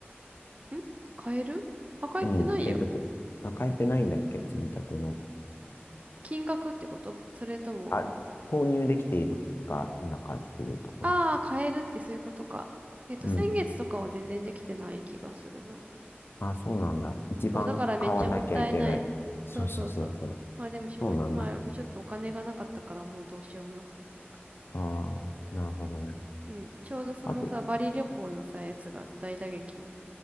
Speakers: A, on the right (about 35°); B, on the left (about 65°).
A: ん変えるあ、変えてないよ。
B: うん、継続。あ、変えてないんだっけ積み立ての。
A: 金額ってことそれとも、
B: あ、購入できているか否かっていうところ。
A: ああ、変えるってそういうことか。えっと、
B: うん。
A: 先月とかは全然できてない気がするな。
B: あ、そうなんだ。一番買わなきゃいけない。
A: そう、だからめっちゃもったいない。
B: そうそうそうそう。
A: そうそうそう。まあでもしょう、
B: そうなんだ。
A: まあちょっとお金がなかったからもうどうしようもなかった。
B: ああ、なるほどね。
A: うん。ちょうどそのさ、
B: あと、
A: バリ旅行のさ、やつが大打撃